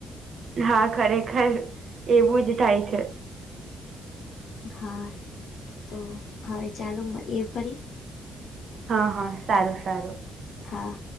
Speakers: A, on the right; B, on the left.
A: હા, ખરેખર એવું જ થાય છે.
B: હા, તો હવે ચાલો મળીએ ફરી.
A: હા હા, સારું સારું.
B: હા.